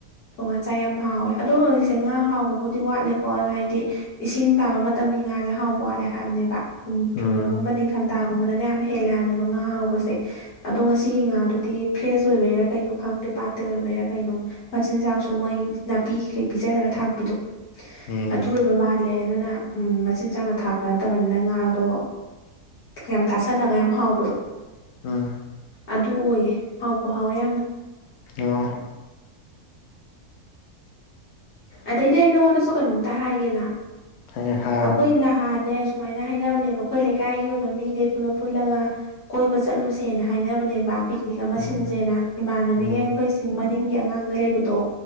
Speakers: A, on the left (about 80°); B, on the left (about 65°).
A: ꯉ ꯆꯆꯥ ꯌꯥꯝ ꯍꯥꯎꯋꯦ ꯑꯗꯣ ꯍꯧꯖꯤꯛꯁꯦ ꯉꯥ ꯍꯥꯎꯕꯕꯨꯗꯤ ꯋꯥꯠꯂꯦꯀꯣ ꯍꯥꯏꯗꯤ ꯏꯁꯤꯡ ꯇꯥꯕ ꯃꯇꯝ ꯃꯇꯝꯒꯤ ꯉꯥꯁꯦ ꯍꯥꯎꯕ ꯋꯥꯠꯂꯦ ꯍꯥꯏꯕꯅꯦꯕ ꯎꯟꯒꯨꯝꯕ
B: ꯎꯝ
A: ꯅꯤꯡꯊꯝꯊ ꯇꯥꯥꯒꯨꯝꯕꯗꯅ ꯌꯥꯝ ꯍꯦꯜꯂꯦ ꯍꯥꯏꯕꯅꯦꯕ ꯉꯥ ꯍꯥꯎꯧꯕꯁꯦ ꯑꯗꯣ ꯉꯁꯤꯒꯤ ꯉꯥꯗꯨꯗꯤ ꯐ꯭ꯔꯦꯁ ꯑꯣꯏꯕꯩꯔꯥ ꯀꯩꯅꯣ ꯈꯪꯗꯦ ꯄꯥꯠꯇ ꯑꯣꯏꯕꯩꯔꯥ ꯀꯩꯅꯣ ꯃꯆꯤꯟꯖꯥꯛꯁꯨ ꯃꯣꯏꯒꯤ ꯅꯥꯄꯤ ꯄꯤꯖꯔꯒ ꯊꯥꯛꯄꯤꯗꯣ
B: ꯎꯝ
A: ꯑꯗꯨ ꯑꯣꯏꯕ ꯃꯥꯜꯂꯦ ꯑꯗꯨꯅ ꯎꯝ ꯃꯆꯤꯟꯖꯥꯛꯅ ꯊꯥꯛꯄ ꯅꯠꯇꯕꯅꯤꯅ ꯉꯥꯗꯣ ꯌꯥꯝ ꯇꯥꯁꯜꯂꯒ ꯌꯥꯝ ꯍꯥꯎ
B: ꯎꯝ
A: ꯑꯗꯨ ꯑꯣꯏꯌꯦꯦ ꯍꯥꯎꯕ ꯍꯥꯎꯋꯦ ꯌꯥꯝꯅ
B: ꯑꯥ
A: ꯑꯗꯩꯗꯤ ꯑꯩ ꯅꯉꯣꯟꯗꯁꯨ ꯀꯩꯅꯣꯝꯇ ꯍꯥꯏꯒꯦꯅ
B: ꯍꯣꯏ ꯍꯥꯏꯌꯣ
A: ꯑꯩꯈꯣꯏ ꯅꯍꯥꯟꯅꯦ ꯁꯨꯃꯥꯏꯅ ꯍꯥꯏꯅꯕꯅꯦꯕ ꯑꯩꯈꯣꯏ ꯂꯩꯀꯥꯏꯒꯤ ꯑꯣꯏꯕ ꯃꯤꯈꯩ ꯄꯨꯂꯞ ꯄꯨꯜꯂꯒ ꯀꯣꯏꯕ ꯆꯠꯂꯨꯁꯦꯅ ꯍꯥꯏꯅꯕꯅꯦꯕ ꯄꯤꯛꯅꯤꯛ ꯑꯃ
B: ꯎꯝ
A: ꯁꯤꯟꯖꯦꯅ ꯏꯃꯥꯟꯅꯕꯤꯒ
B: ꯎꯝ
A: ꯑꯩꯈꯣꯏꯁꯤꯡ ꯃꯅꯤꯡꯒꯤ ꯑꯉꯥꯡꯒ ꯂꯩꯕꯗꯣ